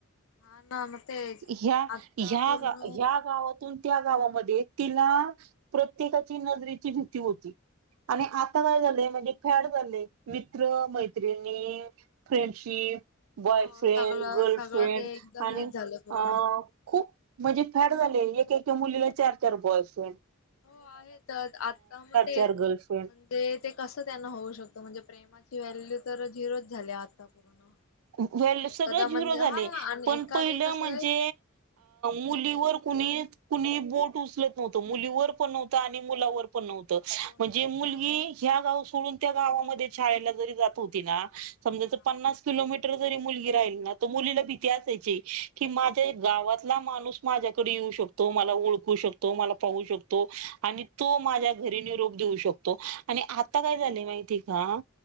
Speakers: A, on the left; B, on the right.
A: हा ना मग तेच
B: ह ह
A: आता
B: ह्या
A: पूर्ण
B: गावातून त्या गावामध्ये तिला प्रत्येकाची नजरेची भीती होती आणि आता काय झालंय म्हणजे फॅड झालेय मित्र मैत्रिणी फ्रेंडशिप बॉयफ्रेंड
A: हो सगळं
B: गर्लफ्रेंड
A: सगळं ते एकदम
B: आणि
A: हेच झालं पूर्ण.
B: अ खूप म्हणजे फॅड झाले एका एका मुलीला चार चार बॉयफ्रेंड आहे
A: हो आहे तर आता मग तेच
B: चार गर्लफ्रेंड
A: म्हणजे ते कसं त्यांना होऊ शकतं म्हणजे प्रेमाची व्हॅल्यू तर झिरोच झाली आता पूर्ण
B: व्हाल्यू
A: आणि एखादा
B: सगळं
A: म्हणजे
B: झिरो झाले
A: हा आणि
B: पण
A: एखादं
B: पहिलं
A: कसं
B: म्हणजे
A: आहे
B: मुलीवर कुणी कुणी बोट उचलत नव्हत मुलीवर पण नव्हतं आणि मुलावर पण नव्हत
A: कोण
B: म्हणजे
A: नव्हतं
B: मुलगी
A: आता
B: ह्या गाव सोडून त्या गावामध्ये शाळेला जरी जात होती ना समजायचं
A: हा
B: पन्नास मीटर राहिली ना मुलीला भीती असायची की माझ्या गावातला माणूस माझ्याकडे येऊ शकतो मला ओळखू शकतो मला पाहू शकतो आणि तो माझ्या घरी निरोप देऊ शकतो आणि आता काय झाले माहिती का